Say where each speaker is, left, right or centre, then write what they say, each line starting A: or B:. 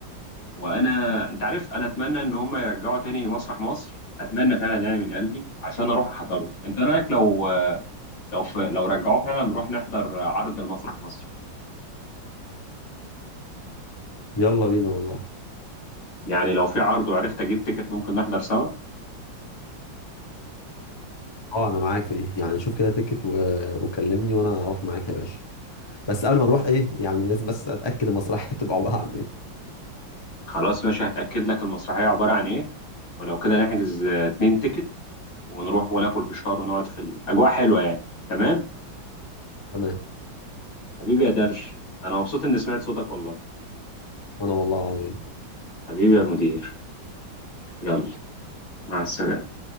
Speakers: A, on the left; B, on the left.
A: وانا انت عارف انا اتمنى ان هم يرجعوا تاني مسرح مصر اتمنى فعلا يعني من قلبي عشان اروح احضره انت رايك لو لو في لو رجعوه فعلا نروح نحضر عرض المسرح مصر
B: يلا بينا والله
A: يعني لو في عرض وعرفت اجيب تيكت ممكن نحضر سوا
B: أه أنا معاك في دي يعني شوف كده تيكت و... وكلمني وأنا أروح معاك يا باشا بس قبل ما نروح إيه يعني لازم بس أتأكد المسرحية <laughs> تبقى عبارة عن إيه
A: خلاص ماشي هتأكد لك المسرحية عبارة عن ايه ولو كده نحجز آه، اتنين تيكت ونروح وناكل فشار ونقعد في الأجواء حلوة يعني تمام
B: تمام
A: حبيبي يا درش أنا مبسوط إني سمعت صوتك والله
B: وأنا والله العظيم
A: حبيبي يا مدير يلا مع السلامة